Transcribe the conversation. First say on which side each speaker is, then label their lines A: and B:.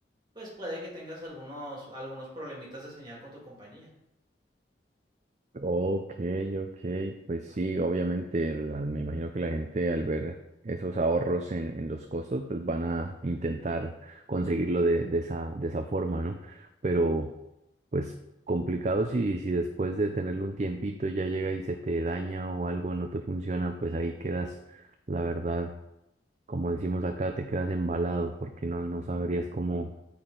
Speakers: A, on the right; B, on the right.
A: pues puede que tengas algunos, algunos problemitas de señal con tu compañía.
B: Ok, ok, pues sí, obviamente la- me imagino que la gente al ver esos ahorros en, en los costos, pues van a intentar conseguirlo de, de esa, de esa forma, ¿no? Pero... Pues complicado si, si después de tenerlo un tiempito ya llega y se te daña o algo no te funciona, pues ahí quedas, la verdad, como decimos acá, te quedas embalado porque no, no sabrías cómo,